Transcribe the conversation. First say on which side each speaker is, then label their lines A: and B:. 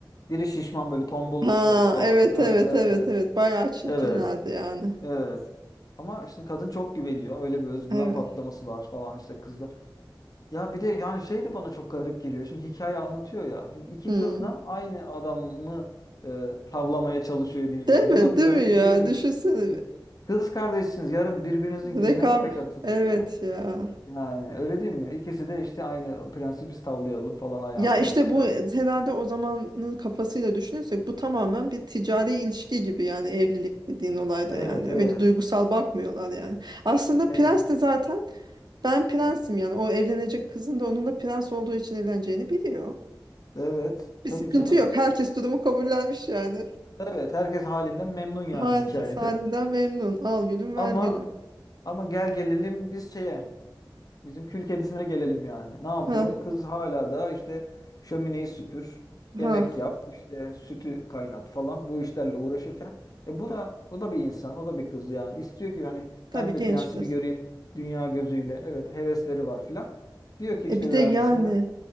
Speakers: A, on the left; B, on the right.
A: Biri şişman böyle tombul
B: Ha
A: bir kız falan.
B: evet
A: Ha
B: evet
A: evet.
B: evet evet bayağı çirkinlerdi
A: Evet.
B: yani.
A: Evet. Ama işte kadın çok güveniyor. Öyle bir özgüven
B: Evet.
A: patlaması var falan işte kızla. Ya bir de yani şey de bana çok garip geliyor. Şimdi hikaye anlatıyor ya. Şimdi iki
B: Hmm.
A: kız da aynı adamı e, tavlamaya çalışıyor diyeyim
B: Değil
A: yani.
B: mi?
A: Bu da bir
B: Değil
A: garip
B: mi ya?
A: bir şey değil mi?
B: Düşünsene.
A: Kız kardeşsiniz. Yarın birbirinizin yüzüne
B: Rekabet.
A: bakacaksınız
B: Evet
A: ya.
B: ya.
A: Yani öyle değil mi? İkisi de işte aynı prensi biz tavlayalım falan ayağında
B: Ya işte
A: ikisi
B: bu
A: de.
B: herhalde o zamanın kafasıyla düşünürsek bu tamamen bir ticari ilişki gibi yani evlilik dediğin olayda
A: Evet
B: yani öyle
A: evet.
B: duygusal bakmıyorlar yani. Aslında
A: Evet.
B: Prens de zaten Ben prensim yani. O evlenecek kızın da onun da prens olduğu için evleneceğini biliyor.
A: Evet.
B: Bir
A: Tabii
B: sıkıntı
A: canım.
B: yok. Herkes durumu kabullenmiş yani.
A: Evet. Herkes halinden memnun yani
B: Herkes
A: hikayede.
B: halinden memnun. Al gülüm ver
A: Ama
B: gülüm.
A: Ama gel gelelim biz şeye, bizim kül kedisine gelelim yani. Ne yapıyor?
B: Ha
A: Kız hala da işte şömineyi süpür,
B: ha.
A: yemek yap, işte sütü kaynat falan bu işlerle uğraşırken e bu da bu da bir insan, o da bir kız yani. İstiyor ki hani
B: Tabii
A: ben de
B: genç
A: prensi
B: kız.
A: bir göreyim dünya gözüyle. Evet, hevesleri var filan. Diyor ki işte
B: E bir de
A: bir
B: yani
A: annesine,